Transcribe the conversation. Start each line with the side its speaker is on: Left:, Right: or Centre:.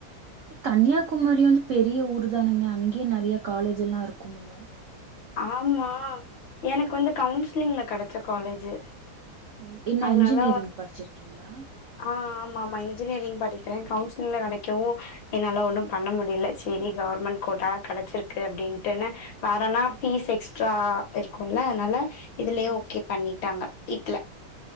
Right: எ கன்னியாகுமரி வந்து பெரிய ஊர் தானுங்க அங்கியே நறைய காலேஜ் எல்லா இருக்கோமுல்ல
Left: ஆமா எனக்கு வந்து கவுன்சிலிங்ல கெடச்ச காலேஜு
Right: ஓ என்ன
Left: அதனால
Right: இன்ஜினியரிங் படிச்சிருக்கீங்ளா
Left: ஆ ஆமா ஆமா இன்ஜினியரிங் படிக்கிறே கவுன்சிலிங்ல கடைக்கவோ என்னால ஒண்ணும்
Right: ஓ
Left: பண்ண முடில செரி கவுர்மெண்ட் கோட்டால கடச்சிருக்கு அப்டின்ட்டுன வேறனா
Right: ஓ
Left: ஃபீஸ் எக்ஸ்ட்ரா இருக்குல அதனால இதுலியே
Right: ஆ
Left: ஓகே பண்ணிட்டாங்க வீட்ல